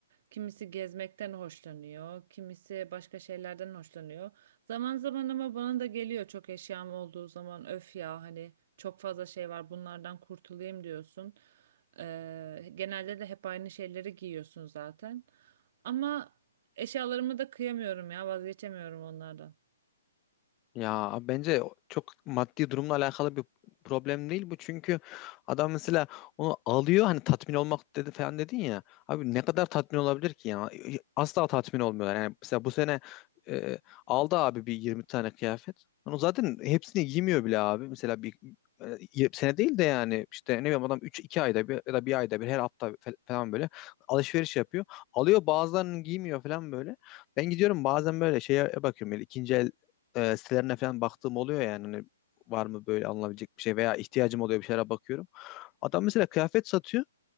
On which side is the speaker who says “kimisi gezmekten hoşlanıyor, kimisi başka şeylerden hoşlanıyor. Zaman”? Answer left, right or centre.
Right